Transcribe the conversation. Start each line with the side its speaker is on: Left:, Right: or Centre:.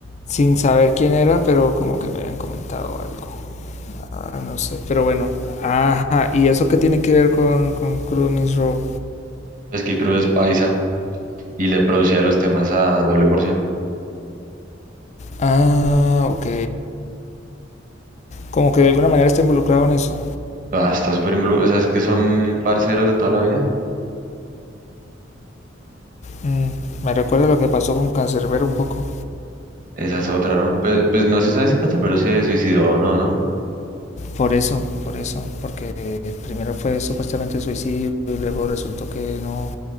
Left: sin saber quién era, pero como que me habían comentado algo. Ah, no sé, pero bueno. Ajá, ¿y eso qué tiene que ver con, con Crudo Means Raw?
Right: Es que crudo es paisa y le producía los temas a Doble Porción.
Left: Ah, ok. Como que de alguna manera está involucrado en eso.
Right: Ah, está súper involucrado. O sea, es que son parceros de toda la vida.
Left: Mm, me recuerda lo que pasó con cancerbero un poco.
Right: Esa es otra, ¿no? Pues, pues no se sabe si Canserbero se suicidó o no, ¿no?
Left: Por eso, por eso, porque primero fue supuestamente suicidio y luego resultó que no